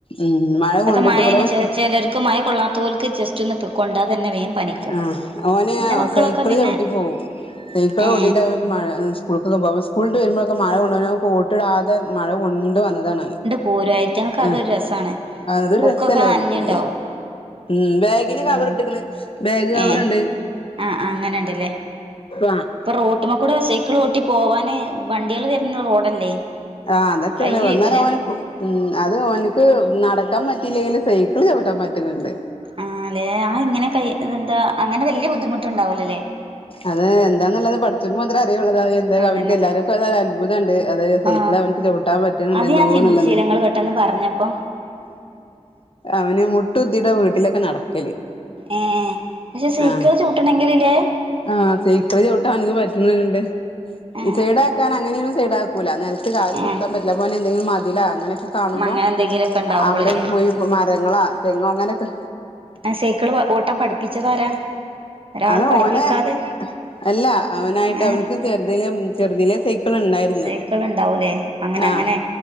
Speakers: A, on the left; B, on the right.
A: ഉം മഴ
B: ഇപ്പത്തെ
A: കൊണ്ടിട്ട്
B: മഴന്
A: ഇവിടെ വന്ന്-
B: ചിലർക്ക് മഴ കൊള്ളാത്തോൽക്ക് ജസ്റ്റ് ഒന്ന് കൊണ്ടാ തന്നെ വേം പനിക്കും
A: ആഹ് ഓന്
B: എന്റെ മക്കളൊക്കെ
A: സൈക്കിള്
B: പിന്നെ
A: ചവിട്ടി പോകും സൈക്കിള് ചവുട്ടീറ്റ്
B: ഏ
A: മഴ സ്കൂൾക്കൊക്കെ പോക സ്കൂൾ ഇട്ട് വരുമ്പോഴൊക്കെ മഴ കൊണ്ട് കോട്ട് ഇടാതെ മഴ കൊണ്ട് വന്നതാണ്.
B: പൂരമായിട്ടങ്ങക്കെ അതൊരു
A: ആഹ്
B: രസാണ്
A: ആഹ് അതൊരു
B: ബുക്കൊക്കെ
A: രസല്ലേ അവർക്ക്
B: നനഞ്ഞുണ്ടാവും
A: ഉം ബാഗിന് കവർ
B: ഉം
A: ഇട്ട്ക്ണ് ബാഗ് കവറുണ്ട്
B: ഏ ആ അങ്ങനെണ്ടല്ലേ
A: ആഹ്
B: ഇപ്പൊ റോട്ടിമ്മ കൂടെ സൈക്കിൾ ഓട്ടി പോവാന് വണ്ടികൾ വരുന്ന റോഡല്ലേ??
A: ആഹ് അതൊക്കെയാണ്
B: കയ്യോയ്ക്കൂലേ
A: വന്നാലും ഓന ഉം അത് ഓനിക്ക് നടക്കാൻ പറ്റിയില്ലെങ്കിൽ സൈക്കിള് ചവിട്ടാൻ പറ്റുന്നുണ്ട്.
B: ആഹ് ല്ലെ ആഹ് ഇങ്ങനെ കൈ എന്താ അങ്ങനെ വലിയ ബുദ്ധിമുട്ടുണ്ടാവലല്ലേ-
A: അത് എന്താന്നുള്ളത് പഠിച്ചോമ്പോ മാത്ര അറിയുള്ളൂ എന്ത
B: അതന്നെ
A: അവനക്ക് എല്ലാവർക്കും അത് അത്ഭുതണ്ട് അത് സൈക്കിൾ
B: ആ
A: അവന്ക്ക് ചവിട്ടാൻ പറ്റണണ്ടല്ലോ
B: അത് ഞാൻ ചിന്തിച്ചില്ല
A: ള്ളത്
B: ഇങ്ങള് പെട്ടെന്ന് പറഞ്ഞപ്പോ
A: അവന് മുട്ടുകുത്തിയിട്ടാ വീട്ടിലൊക്കെ നടക്ക്
B: ഏഹ് പക്ഷെ സൈക്കിള്
A: ആഹ്
B: ചൗട്ടണെങ്കില് ലേ
A: ആഹ് സൈക്കിള് ചൗട്ടാൻ ഓന്ക്ക് പറ്റ്ണ് ണ്ട്
B: ആ
A: സൈഡ ആക്കാൻ അങ്ങനെയൊര്സൈഡാകൂല നെൽത്ത് കാല്
B: ആ
A: കുത്താൻ പറ്റില്ല അപ്പൊ ഓന് എന്തെങ്കിലും മതിലാ അങ്ങനെക്കെ- കാണുമ്പോ
B: അങ്ങനെ എന്തെങ്കിലൊക്കെ ഉണ്ടാവുമ്പോളില്ലേ
A: അവിടെ പോയി മരങ്ങളാ തെങ്ങോ അങ്ങനെക്കെ
B: ആ സൈക്കിള് പോ ഓട്ടാൻ പഠിപ്പിച്ചതാരാ ഒരാള്
A: അത്
B: പഠിപ്പിക്കാതെ
A: ഓനെ അല്ല അവനായിട്ട്
B: ഏ
A: അവന്ക്ക് ചെറുതിലെ മ് ചെറുതിലെ സൈക്കി- ക്കിള് ഇണ്ടായിരുന്നു
B: സൈക്കിൾ ഉണ്ടാവൂലേ അങ്ങനെ
A: ആഹ്
B: അങ്ങനെ